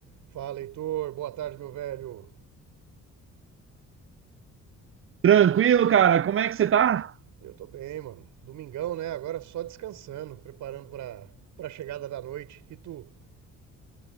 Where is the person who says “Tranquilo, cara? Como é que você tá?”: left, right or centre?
Right